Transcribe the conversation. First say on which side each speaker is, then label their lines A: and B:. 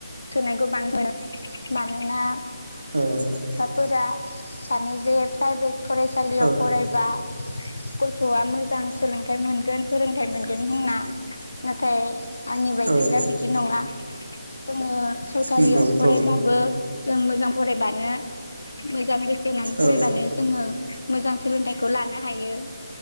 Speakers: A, on the left (about 80°); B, on the right (about 70°).
A: <unintelligible> मानोना
B: औ
A: फोरा सानो जे प्राइभेट फरायसालियाव
B: औ
A: फरायबा गथ'आ मोजां सोलोंथाइ मोनगोन फोरोंथाइ मोनगोन होनना नाथाय आंनि बायदिब्ला
B: औ
A: बिदि नङा जोङो सरखारियाव
B: नंगौ
A: फरायबाबो
B: औ
A: जों मोजां फरायबानो मोजां गोसो फरायबानो
B: औ
A: जोङो मोजां सोलोंथाइखौ लानो हायो।